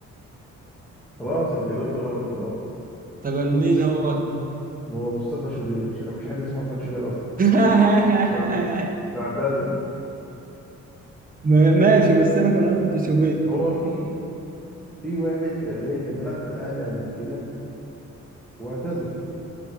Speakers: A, in the centre; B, on the right.
A: خلاص انت جاوبت غلط خلاص
B: طب مين هو؟
A: هو مصطفى شوبير عشان مفيش حد اسمه احمد شوبير اصلا
B: <laughs>
A: ده ده اعتذر
B: ما- ماشي بس أنا كان قصدي شوبير
A: هو في في واحد فعليا كان بيلعب في الاهلي قبل كده واعتزل